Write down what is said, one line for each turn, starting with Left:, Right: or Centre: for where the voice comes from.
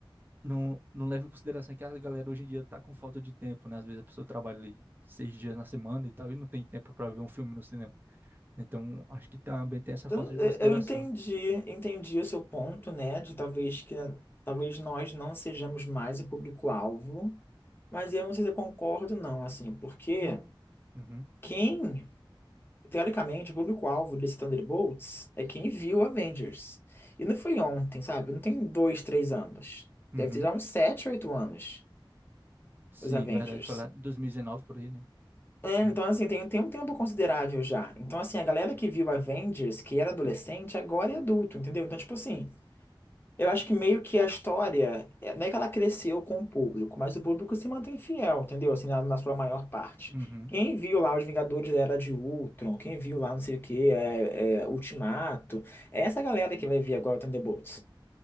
Right: não, não leva em consideração que a galera hoje em dia tá com falta de tempo, né? Às vezes a pessoa trabalha ali seis dias na semana e tal, e não tem tempo para ver um filme no cinema. Então, acho que também tem essa
Left: Eu,
Right: falta
Left: não-
Right: de
Left: eu
Right: consideração.
Left: eu entendi, entendi o seu ponto, né? De talvez que talvez nós não sejamos mais o público-alvo, mas eu não sei se eu concordo, não, assim, porque
Right: Uhum,
Left: quem Teoricamente, o público-alvo desse Thunderbolts é quem viu Avengers. E não foi ontem, sabe? Não tem dois, três anos.
Right: uhum.
Left: Deve ter já uns sete, oito anos,
Right: Sim,
Left: os Avengers.
Right: verdade. Foi lá em 2019 por aí, né?
Left: É,
Right: É.
Left: então, assim, tem, tem um tempo considerável já. Então, assim, a galera que viu Avengers, que era adolescente, agora é adulto, entendeu? Então, tipo assim, Eu acho que meio que a história, é- não é que ela cresceu com o público, mas o público se mantém fiel, entendeu? Assim, na, na sua maior parte.
Right: Uhum,
Left: Quem viu lá Os Vingadores da Era de Ultron, quem viu lá não sei o que, é, é, Ultimato, é essa galera que vai vir agora o Thunderbolts.